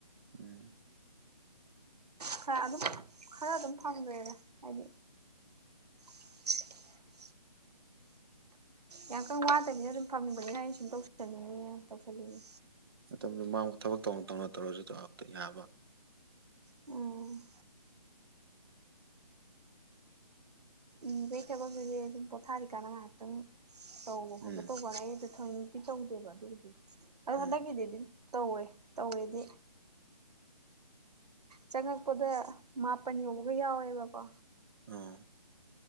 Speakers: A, on the right; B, on the right.
A: ꯎꯝ
B: ꯈꯔ ꯑꯗꯨꯝ ꯈꯔ ꯑꯗꯨꯝ ꯐꯪꯗꯦꯔ ꯍꯥꯏꯗꯤ <unintelligible> ꯌꯥꯝ ꯀꯪ ꯋꯥꯗꯕꯤꯅ ꯑꯗꯨꯝ ꯐꯝꯅꯤꯡꯕꯅꯤꯅ ꯑꯩꯩꯅ ꯁꯨꯝ ꯇꯧꯁꯟꯅꯤꯡꯉꯦ ꯇꯧꯁꯅꯤꯡꯉꯦ
A: ꯃꯇꯝꯗꯨ ꯃꯥꯡꯕ ꯊꯕꯛ ꯇꯧꯅ ꯇꯧꯅ ꯇꯧꯔꯁꯨꯇ ꯌꯥꯕ
B: ꯎꯝ ꯎꯝ ꯚꯦꯖꯤꯇꯦꯕꯜꯗꯨꯗꯤ ꯑꯗꯨꯝ ꯄꯣꯊꯥꯔꯤꯀꯥꯟꯅ ꯉꯥꯏꯍꯥꯛꯇꯪ ꯇꯧꯕ ꯈꯣꯠꯀ
A: ꯎꯝ
B: ꯇꯧꯕꯅꯦ ꯑꯩ ꯊꯣꯏꯛꯇꯤ ꯇꯧꯗꯦꯕ ꯑꯗꯨꯒꯤꯗꯤ ꯑ
A: ꯎꯝ
B: ꯍꯟꯗꯛꯀꯤꯗꯤꯗꯤ ꯇꯧꯋꯦ ꯇꯧꯋꯦꯗꯤ ꯆꯪꯉꯛꯄꯗ ꯃꯥꯄꯟ ꯌꯧꯕꯒ ꯌꯥꯎꯋꯦꯕꯀꯣ
A: ꯑꯣ